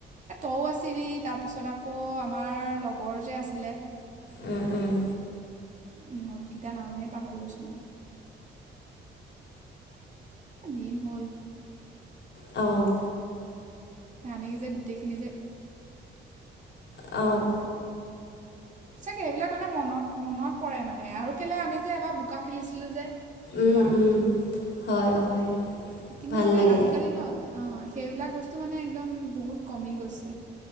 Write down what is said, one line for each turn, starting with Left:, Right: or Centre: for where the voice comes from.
Right: এ তইও আছিলি তাৰপিছত আকৌ আমাৰ লগৰ যে আছিলে।
Left: উম, উম।
Right: ইহঁত কিতাৰ নামেই পাহৰি গৈছোঁ মই। দিন হ'ল।
Left: অ'।
Right: আমি যে গোটেইখিনি যে
Left: অ'।
Right: সঁচাকে, সেইবিলাক মানে মনত মনত পৰে মানে আৰু কেলে আমি যে এবাৰ বোকা খেলিছিলো যে,
Left: উম
Right: বহাগ
Left: উম
Right: বিহুত।
Left: হয়, হয়।
Right: কিন্তু
Left: ভাল
Right: মানে
Left: লাগে
Right: আজিকালি ন' অ সেইবিলাক বস্তু মানে একদম বহুত কমি গৈছে।